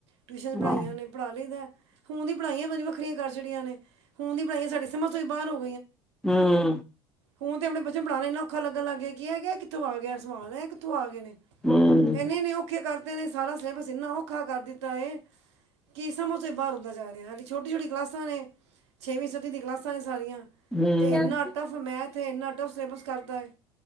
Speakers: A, on the right (about 65°); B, in the centre.
A: ਟਿਊਸ਼ਨ ਪੜ੍ਹਾਈਆਂ
B: ਹਾਂ
A: ਨੇ ਪੜ੍ਹ ਲ ਲਈ ਤਾਂ ਹੁਣ ਦੀ ਪੜ੍ਹਾਈਆਂ ਪੰਜ ਵੱਖਰੀਆਂ ਕਰ ਛੜੀਆਂ ਨੇ ਹੁਣ ਦੀ ਪੜ੍ਹਾਈਆਂ ਸਾਡੀ ਸਮੱਸ ਉੱ ਬਾਰੋ
B: ਹਮ
A: ਹੁਣ ਤੇ ਆਪਣੇ ਬੱਚੇ ਪੜਾਉਣ ਲਈ ਇੰ ਔਾ ਲੱਗਣ ਲੱਗ ਗਿਆਿਆ ਹੈ ਗਿਆ ਕਿੱਥੋਂ ਆ ਗਿਆ ਸਵਾਲ ਹੈ ਕਿੱਥੋਂ ਆ ਗਏ ਨੇ
B: ਹੂੰ
A: ਇਨੇ ਨੀ ਔਖੇ ਕਰਦੇ ਨੇ ਸਾਰਾ ਸਿਲੇਬਸ ਇੰਨਾ ਔਖਾ ਕਰ ਦਿੱਤਾ ਹੈਏ ਕੀ ਸਮਾਂ ਤੋਂ ਬਾਹਰ ਹੁੰਦਾ ਜਾ ਰਿਹਾ ਹਾਲ ਛੋਟੀ ਛਟੀ ਕਲਾਸਾਂ ਨੇ ਛਵੀਂ ਸੱਵੀ ਦੀਆਂ ਕਲਾਸਾਂ ਸਾਂ ਸਾਰੀਆਂ
B: ਹੂੰ
A: ਤੇ ਇੰਨਾ ਟਫ ਮੈਥ ਹੈ ਇੰਨਾ ਟੱਫ ਸਿਲੇਬਸ ਕਰਤਾ ਹੈ